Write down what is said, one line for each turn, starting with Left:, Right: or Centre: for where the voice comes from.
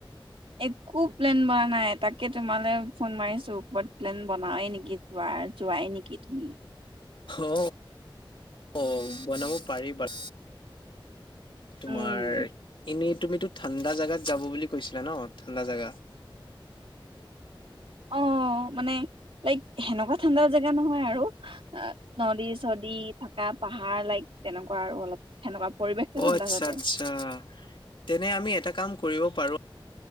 Right: একো প্লেন বনা নাই, তাকে তোমালে ফোন মাৰিছো কবাত প্লেন বনাওঁৱে নেকি। ৱাত যোৱাই নিকি তুমি।
Left: অ অ বনাব পাৰি বাত তোমাৰ
Right: উম
Left: এনেই তুমিতো ঠাণ্ডা জাগাত যাব বুলি কৈছিলা ন ঠাণ্ডা জাগা।
Right: অ মানে লাইক সেনেকুৱা ঠাণ্ডা জেগা নহয় আৰু নদী-চদী থাকা পাহাৰ লাইক তেনেকুৱা আৰু অলপ সেনেকুৱা পৰিৱেশটো ঠাণ্ডা
Left: আচ্ছা
Right: যাতে।
Left: আচ্ছা অ তেনে আমি এটা কাম কৰিব পাৰো-